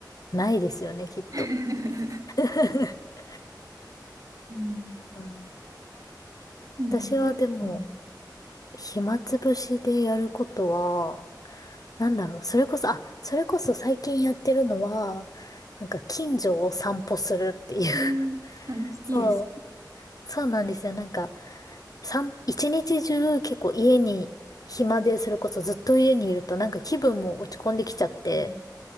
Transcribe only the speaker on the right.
<laughs>
うん。
うん。
うん。
ええー、
楽しい。
いいです。
うん。